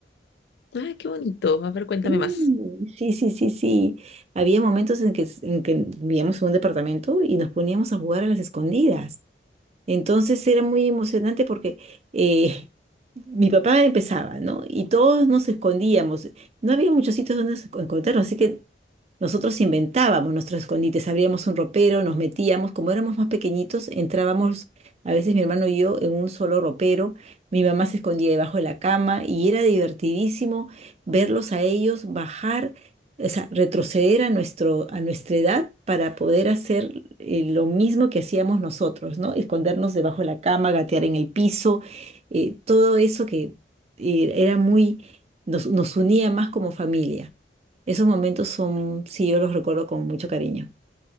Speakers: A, on the left; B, on the right.
A: Ay, qué bonito. A ver, cuéntame
B: Sí,
A: más.
B: sí, sí, sí. sí. Había momentos en que, en que vivíamos en un departamento y nos poníamos a jugar a las escondidas. Entonces era muy emocionante porque eh, mi papá empezaba, ¿no? Y todos nos escondíamos. No había muchos sitios donde nos encontrarnos, así que nosotros inventábamos nuestros escondites, abríamos un ropero, nos metíamos, como éramos más pequeñitos, entrábamos, a veces mi hermano y yo, en un solo ropero, mi mamá se escondía debajo de la cama y era divertidísimo verlos a ellos bajar o sea, retroceder a nuestro, a nuestra edad para poder hacer eh, lo mismo que hacíamos nosotros, ¿no? Escondernos debajo de la cama, gatear en el piso, eh, todo eso que eh, era muy, nos, nos unía más como familia. Esos momentos son, sí, yo los recuerdo con mucho cariño.